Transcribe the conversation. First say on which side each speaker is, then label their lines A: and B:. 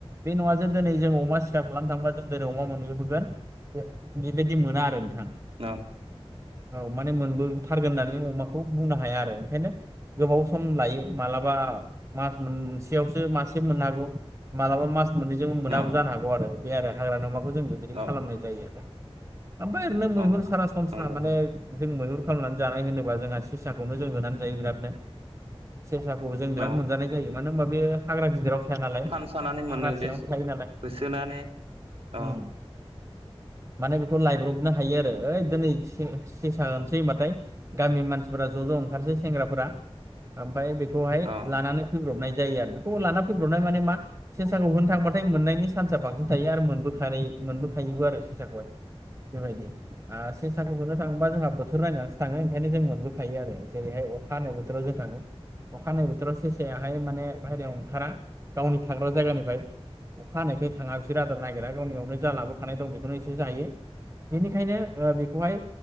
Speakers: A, on the right; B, on the right.
A: बे नङा जे दिनै जों अमा सिखार खालामनो थांबा जों दिनै अमा मोनबोगोन। बेबायदि मोना आरो नोंथां।
B: औ
A: औ माने मोनबोथारगोन होननानै अमाखौ बुंनो हाया आरो ओंखायनो गोबाव लायो मालाबा मास मोनसेयावसो मासे मोननो हागौ मालाबा मास मोननैजों मोनाबो
B: न
A: जानो हागौ आरो बे आरो हाग्रा अमा खौ जों बेबायदि
B: अ
A: खालामनाय जायो आरो। ओमफाय ओरैनो मैहुर
B: अ
A: सरासनस्रा
B: नंगौ
A: माने जों मैहुर खालामनानै जानाय होनोबा जोंहा सेसाखौनो जों होनानै जायो बिरादनो। सेेरसाखौ जों बिराद
B: न
A: मोनजानाय जायो मानो होनबा बे हाग्रा गिदिराव थाया नालाय
B: फान सानानै
A: हाग्रा
B: मोनो
A: फिसायावनो
B: देस
A: थायो
B: होसोनानै
A: नालाय
B: अ
A: उम माने बेखौ लायब्रबनो हायो आरो ओइ दिनै से सेसा होनोसै होनबाथाय गामिनि मानसिफोरा ज ज ओंखारसै सेंग्राफोरा। ओमफाय बे खौहाय
B: अ
A: लानानै फैब्रबनाय जायो आरो बेखौ लाना फैब्रनाय माने मा सेसाखौ होनो थांबाथाय मोननायनि सान्सा बांसिन थायो आरो मोनबोखाराय मोनबोखायोबो आरो सेसाखौहाय। बेबायदि आ सेसाखौ होनो थाङोबा जोंहा बोथोर नायनानैसो थाङो ओंखायनो जोङो मोनबोखायो आरो जेरैहाय अखा हानाय बोथोराव जों थाङो अखा हानाय बोथोरावस सेसायाहाय माने बायहेरायाव ओं खारा गावनि थाग्रा जायगानिफाय अखा हानायखाय थाङा बिसोर आदार नागिरा गावनियावनो जा लाबोखानाय दं बेखौनो एसे जायो। बिनि खायनो ओ बेखौहाय